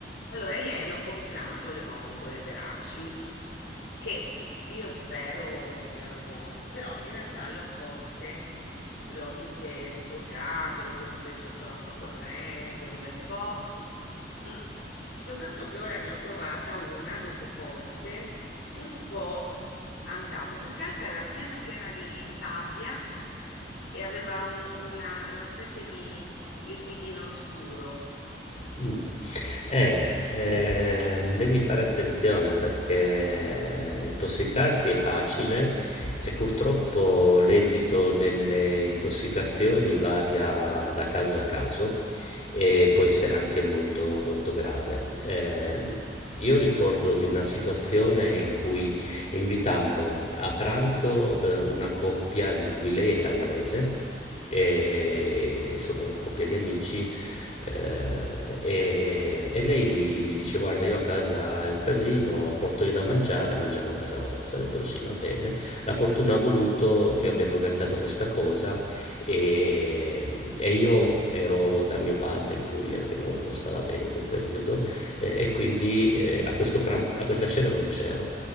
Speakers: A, on the left; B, on the left.
A: Allora, ieri ho comprato le vongole veraci che io spero siano buone, però in realtà le ho cotte, le ho tutte spurgate, le ho tenute sotto l'acqua corrente un bel po'. mm. Soltanto che ora ne ho trovata una dopo cotte un po' andata, più che altro era piena piena di sabbia e aveva un- una, una specie di liquidino scuro.
B: Mh. Eh, ehm, devi fare attenzione perché intossicarsi è facile e purtroppo l'esito delle intossicazioni varia da caso a caso e può essere anche molto, molto grave. Ehm, io ricordo di una situazione in cui invitammo a pranzo, eh, una coppia di cui lei è taiwanese e sono una coppia di amici. eh, e, e lei dice: Guarda, io a casa è un casino, porto io da mangiare, mangiamo a casa vostra. Ho detto: Sì, va bene. La fortuna ha voluto che abbiamo organizzato questa cosa e, e io ero da mio padre in Puglia perché non, non stava bene in quel periodo
A: Mhm.
B: eh, e quindi eh, a questo pranzo, a questa cena non c'ero.